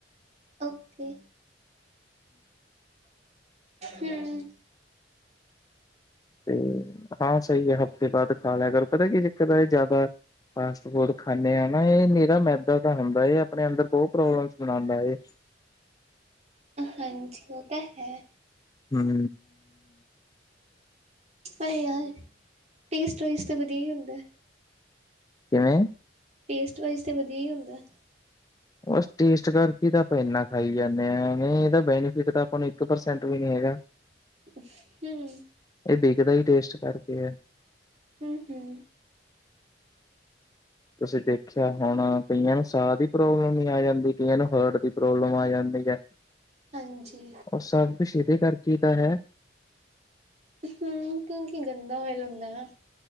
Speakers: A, on the right (about 35°); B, on the left (about 20°).
A: ਓਕੇ, ਹਮ।
B: ਤੇ ਆ ਸਹੀ ਐ, ਹਫ਼ਤੇ ਬਾਅਦ ਖਾ ਲਿਆ ਕਰ ਪਤਾ ਕੀ ਚੱਕਰ ਐ ਏ ਜ਼ਿਆਦਾ। ਫਾਸਟ-ਫੂਡ ਖਾਂਨੇ ਆ ਨਾ ਇਹ ਨਿਰਾ ਮੈਦਾ। ਮੈਦਾ ਹੁੰਦਾ, ਏ ਆਪਣੇ ਅੰਦਰ ਬਹੁਤ ਪ੍ਰੋਬਲਮਸ ਬਣਾਂਦਾ ਏ।
A: ਹਾਂਜੀ, ਉ ਤਾਂ ਹੈ।
B: ਹਮ।
A: ਪਰ ਯਾਰ, ਟੇਸਟ ਵਾਈਜ਼ ਤੇ ਵਧੀਆ ਈ ਹੁੰਦਾ ਐ।
B: ਕਿਵੇਂ।
A: ਟੇਸਟ ਵਾਈਜ਼ ਤੇ ਵਧੀਆ ਈ ਹੁੰਦਾ ਐ।
B: ਬਸ ਟੇਸਟ ਕਰਕੇ ਤਾਂ ਆਪਾਂ ਇੰਨਾ ਖਾਈ ਜਾਂਣੇ ਆਂ ਐਵੇਂ, ਇਦਾ ਬੈਨੀਫਿਟ ਤਾਂ ਆਪਾਂ ਨੂੰ ਇੱਕ ਪਰਸੈਂਟ ਵੀ ਨੀ ਹੈਗਾ।
A: ਹਮ।
B: ਇਹ ਬਿਕਦਾ ਈ ਟੇਸਟ ਕਰਕੇ ਐ।
A: ਹਮ ਹਮ।
B: ਤੁਸੀਂ ਦੇਖਿਆ ਹੋਣਾ ਕਈਆਂ ਨੂੰ ਸਾਹ ਦੀ ਪ੍ਰੋਬਲਮ ਵੀ ਆ ਜਾਂਦੀ, ਕਈਆਂ ਨੂੰ ਹਾਰਟ ਦੀ ਪ੍ਰੋਬਲਮ ਆ ਜਾਂਦੀ ਐ।
A: ਹਾਂਜੀ।
B: ਸਭ ਕੁਛ ਇਹਦੇ ਕਰਕੇ ਤਾਂ ਹੈ।
A: ਹਮ ਕਿਉਂਕਿ ਗੰਦਾ <unintelligible> ਹੁੰਦਾ ਹੈ।